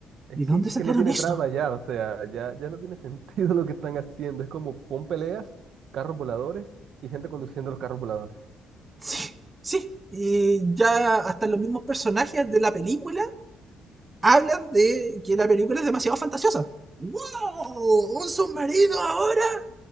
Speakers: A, on the right; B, on the right.
A: Es
B: y
A: que,
B: dónde
A: es
B: sacaron
A: que no tiene
B: eso?
A: trama ya, o sea, ya, ya no tiene <laughs> sentido lo que están haciendo. Es como pon peleas, carros voladores y gente conduciendo los carros voladores.
B: <laughs> Sí, sí. Y ya hasta los mismos personajes de la película hablan de que la película es demasiado fantasiosa. ¡Wow! ¿Un submarino ahora?